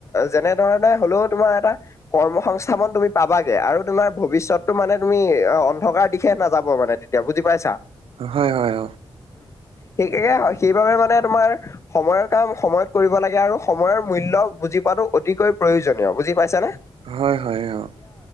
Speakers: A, on the left; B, on the right.
A: যেনেধৰণে হ'লেও তোমাৰ এটা কৰ্ম সংস্থাপন তুমি পাবাগে আৰু তোমাৰ ভৱিষ্যতটো মানে তুমি অ' অন্ধকাৰ দিশে নাযাব মানে তেতিয়া বুজি পাইছা?
B: হয়, হয়।
A: সেয়া হয়। সেইবাবে মানে তোমাৰ সময়ৰ কাম সময়ত কৰিব লাগে আৰু সময়ৰ মূল্য বুজি পোৱাটো অতিকৈ প্ৰয়োজনীয় বুজি পাইছা নে?
B: হয়, হয় অ'।